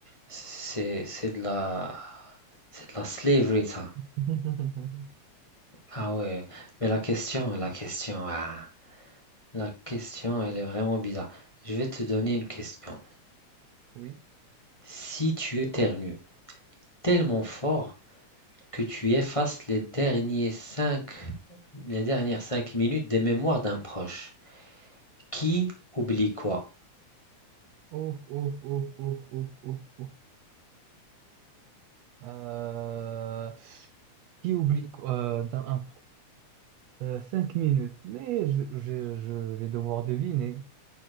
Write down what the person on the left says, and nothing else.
c'est c'est de la c'est de la slavery ça.
Ah ouais, mais la question, la question, ah. La question, elle est vraiment bizarre. Je vais te donner une question.
Si tu éternues tellement fort que tu effaces les derniers cinq, les dernières cinq minutes des mémoires d'un proche, qui oublie quoi?